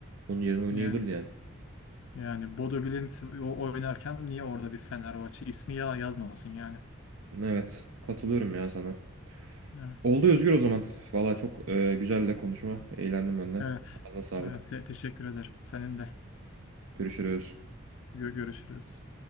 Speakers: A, on the right; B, on the left.
A: onun yerine oynayabilirdi
B: Yani
A: yani.
B: yani Bodo Glimt o- oynarken niye orada bir Fenerbahçe ismi ya yazmasın yani?
A: Evet katılıyorum ya sana.
B: Evet.
A: Oldu Özgür o zaman. Valla çok e, güzel de konuşma. Eğlendim ben de.
B: Evet.
A: Ağzına sağlık.
B: Evet. Te- teşekkür ederim. Senin de.
A: Görüşürüz.
B: Gö- görüşürüz.